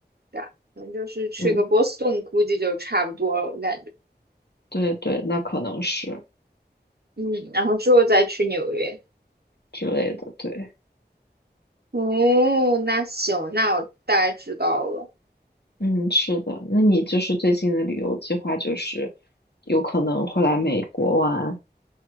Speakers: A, on the right; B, on the left.
A: 对啊，可能就是去个波士顿，
B: 嗯，
A: 估计就差不多了，我感觉。
B: 对对，那可能是
A: 嗯，然后之后再去纽约。
B: 之类的。对，
A: 哦，那行，那我大概知道了。
B: 嗯，是的。那你就是最近的旅游计划就是有可能会来美国玩。